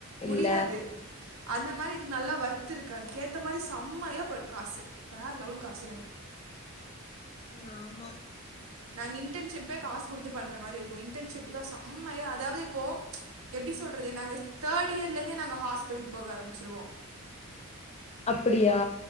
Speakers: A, on the right; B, on the left.
A: முடியாது
B: இல்ல
A: அந்த மாரி இதுக்கு நல்லா வ்ர்த்ருக்கு அதுக்கேத்த மாரி செம்மையா ப காசு வேறு லெவல் காசு வேணு
B: ம் ஆமா
A: நாங் இன்டன்ஷிப்பே காசு கொடுத்து பண்ற மாரி இருக்கு இன்டன்ஷிப்பு தா செம்மையா அதாவது இப்போ எப்டி சொல்றது நாங்க தேர்ட் இயர்ல இருந்தே நாங்க ஹாஸ்பிட்டல் போக ஆரம்பிச்சுருவோ
B: அப்டியா